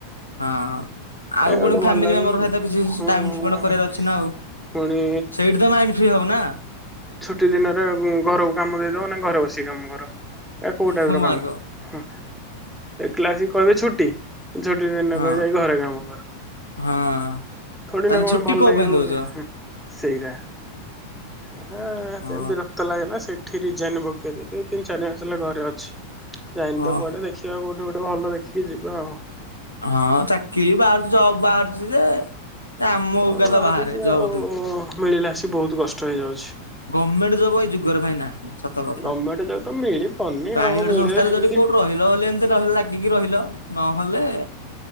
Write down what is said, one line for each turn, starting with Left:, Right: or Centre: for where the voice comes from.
Left: ହଁ ଆଉ
Centre: ଏ ଗୋଟେ
Left: ପୁଣି ଫ୍ୟାମିଲି
Centre: ଭଲ ଲାଗିବ
Left: ମେମ୍ବର
Centre: କି?
Left: ସହିତ କିଛି
Centre: ହୁଁ
Left: ଟାଇ ସ୍ପେଣ୍ଡ କରିବାର ଅଛି ନା ଆଉ।
Centre: ପୁଣି
Left: ସେଇଠି ତ ମାଇଣ୍ଡ ଫ୍ରି ହବ ନା।
Centre: ଛୁଟି ଦିନରେ ଘରକୁ କାମ ଦେଇଦବ ନା ଘରେ ବସିକି କାମ କର। ଏ କୋଉ ଟାଇପ
Left: ହୋମୱାର୍କ
Centre: ର କାମ ଏକଲାଜି କହିବେ ଛୁଟି ଛୋଟି ଦିନକ
Left: ହଁ
Centre: ଯାଇକି ଘରେ କାମ କର।
Left: ହଁ
Centre: ଥୋଡି
Left: ତାହେଲେ
Centre: ନା କଣ
Left: ଛୁଟି
Centre: ଭଲ
Left: କୋ
Centre: ଲାଗିବ
Left: ପାଇଁ ଦଉଛ?
Centre: ଗୋଟେ ହୁଁ ସେଇଟା। ଅ ହଁ ହେତି
Left: ହଁ
Centre: ବିରକ୍ତ ଲାଗିଲା ସେଠି ରିଯାଇନ ପକେଇ ଦେଇକି ତିନି ଚାରି ମାସ ହେଲା ଘରେ ଅଛି। ଯାଇନି
Left: ହଁ
Centre: ତ କୁଆଡେ ଦେଖିବା କୋଉଠି ଗୋଟେ ଭଲ ଦେଖିକି ଯିବା ଆଉ।
Left: ହଁ ଚାକିରି ବି ବାହାରୁଚି ଜବ ବାହାରୁଚି ଯେ ଏ ଆମ ମଉକା
Centre: ଅ
Left: ତ
Centre: ଆରୁ
Left: ବାହାରେ
Centre: ଯେ
Left: ଜବ୍
Centre: ଆଉ ମିଳିଲାସି ବହୁତ ହେଇଯାଉଛି।
Left: ଗମେଣ୍ଟ ଜବ ଏଇ ଯୁଗରେ ଭାଇ ନାଇ। ସତ କଥା
Centre: ଗଭର୍ଣ୍ଣମେଣ୍ଟ ଜବ୍ ତ ମିଳିବନି
Left: ପ୍ରାଇଭେଟ
Centre: ଆଉ ମିଳିବ
Left: ସଂସ୍ଥାରେ
Centre: ସେମିତି
Left: ଯଦି କୋଉଠି ରହିଲ ବ ଏମିତି ରହିଲ ଲାଗିକି ରହି ନହେଲେ